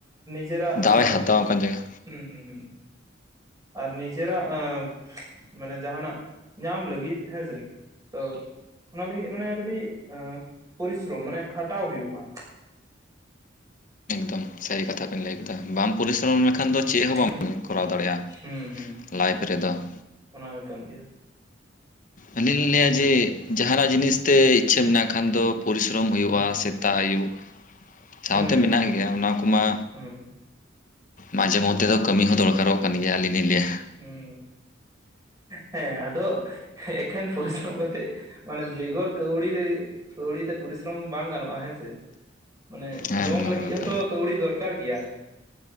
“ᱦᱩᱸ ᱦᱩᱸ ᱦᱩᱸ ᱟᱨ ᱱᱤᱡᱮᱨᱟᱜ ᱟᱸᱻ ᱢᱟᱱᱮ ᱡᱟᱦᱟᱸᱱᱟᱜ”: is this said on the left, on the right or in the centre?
Right